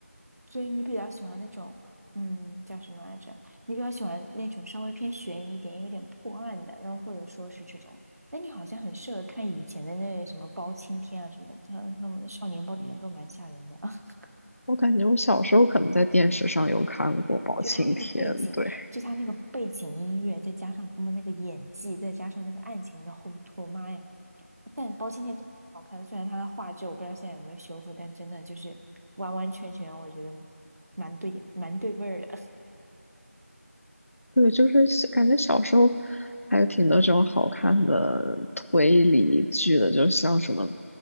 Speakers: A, on the right; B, on the left.
A: 所以你比较喜欢那种，嗯，叫什么来着？你比较喜欢那种稍微偏悬疑一点，有点破案的，然后或者说是这种。那你好像很适合看以前的那什么包青天啊什么的，他那种少年包青天都蛮吓人的。<laughs>
B: 我感觉我小时候可能在电视上有看过《包青天》，
A: 就他那个背景，
B: 对。
A: 就他那个背景音乐，再加上他们那个演技，再加上那个案情的烘托，妈呀！但包青天真的好看，虽然他的画质我不知道现在有没有修复，但真的就是完完全全，我觉得蛮对蛮对味儿的。
B: 对，就是小感觉小时候还有挺多这种好看的推理剧的，就像什么